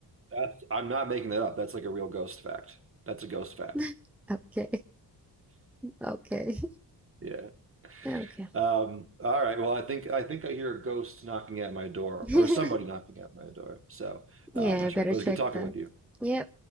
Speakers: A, on the right (about 35°); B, in the centre.
A: That's, I'm not making that up. That's like a real ghost fact. That's a ghost fact.
B: <laughs> Okay. Okay.
A: Yeah.
B: <laughs> Okay.
A: Um, all right. Well, I think I think I hear a ghost knocking at my door
B: <laughs>
A: or somebody knocking at my door. So,
B: Yeah,
A: uh, I'm not
B: I better
A: sure, but it
B: check
A: was good talking
B: that.
A: with you.
B: Yep.